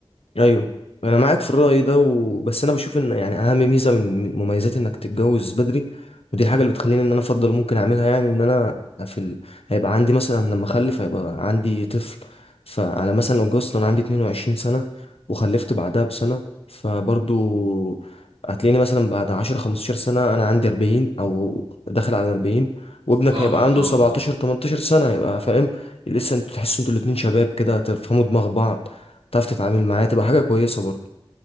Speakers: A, on the left; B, on the right.
A: ايوه انا معاك في الرأي ده و... بس انا بشوف ان يعني اهم ميزة من مميزات انك تتجوز بدري ودي الحاجة اللي بتخليني ان انا افضل ممكن اعملها يعني ان انا في ال... هيبقى عندي مثلا لما اخلف هيبقى عندي طفل فانا مثلا لو اتجوزت وانا عندي 22 سنة وخلفت بعدها بسنة فبرضو هتلاقيني مثلا بعد 10 15 سنة انا عندي 40 او داخل على 40 وابنك
B: فاهمك
A: هيبقى عنده
B: اه
A: 17
B: اه
A: 18 سنة هيبقى فاهم لسه انتوا تحسوا انتوا الاتنين شباب كده تفهموا دماغ بعض تعرف تتعامل معاه تبقى حاجة كويسة برضه